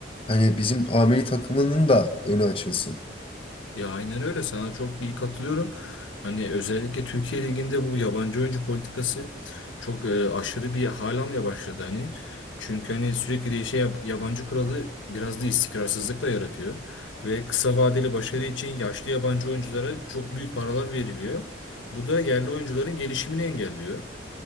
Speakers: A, on the left; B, on the left.
A: hani bizim ameli takımının da önü açılsın.
B: Ya aynen öyle sana çok iyi katılıyorum. Hani özellikle Türkiye Ligi'nde bu yabancı oyuncu politikası çok e, aşırı bir hal almaya başladı hani. Çünkü hani sürekli değişen yab- yabancı kuralı biraz da istikrarsızlık da yaratıyor. Ve kısa vadeli başarı için yaşlı yabancı oyunculara çok büyük paralar veriliyor. Bu da yerli oyuncuların gelişimini engelliyor.